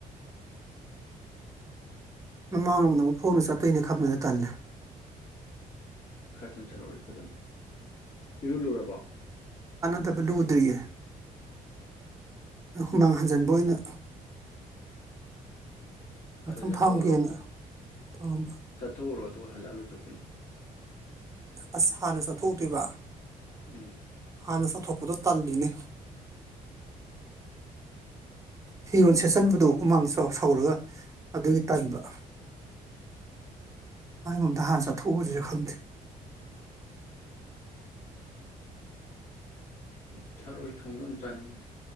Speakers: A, on the right; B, on the left.
A: ꯃꯃꯥꯡ ꯂꯣꯝꯗ ꯑꯃꯨꯛ ꯈꯣꯡꯅ ꯆꯠ ꯇꯩꯢꯅꯤ ꯈꯟꯕꯗ ꯇꯜꯂꯦ
B: ꯆꯟ ꯆꯜꯍꯧꯔꯗꯤ ꯐꯗꯧꯅꯤ ꯏꯔꯨꯂꯨꯔꯕꯣ
A: ꯐꯠꯇꯕ ꯂꯨꯗ꯭ꯔꯤꯌꯦ ꯍꯨꯃꯥꯡ ꯍꯟꯖꯟꯕ ꯑꯣꯏꯅ ꯉꯥꯛꯇꯪ
B: ꯑꯗꯨ ꯆꯠꯊꯣꯛꯎꯔꯣ
A: ꯐꯥꯝꯒꯦꯅ ꯇꯧꯔꯝꯕ
B: ꯆꯠꯊꯣꯛꯎꯔꯣ ꯑꯗꯨꯒ ꯍꯜꯂꯛ ꯑꯒ ꯂꯨꯖꯧ ꯀꯩꯅꯣ
A: ꯑꯁ ꯍꯥꯟꯅ ꯆꯠꯊꯣꯛꯎꯗꯣꯏꯕ
B: ꯎꯝ
A: ꯍꯥꯟꯅ ꯆꯥꯊꯣꯛꯄꯗꯣ ꯇꯜꯂꯤꯅꯦ ꯐꯤꯔꯣꯟ ꯁꯦꯠꯆꯟꯕꯗꯣ ꯍꯨꯃꯥꯡ ꯁꯧꯔꯒ ꯑꯗꯨꯒꯤ ꯇꯟꯕ ꯍꯥꯢꯒꯨꯝꯗ ꯍꯥꯟ ꯆꯠꯊꯣꯛꯎꯖꯤꯔꯥ ꯈꯪꯗꯦ
B: <unintelligible> ꯊꯔꯣꯏ ꯊꯣꯡꯕꯗꯨꯝ ꯆꯥꯅꯤꯡꯉꯤ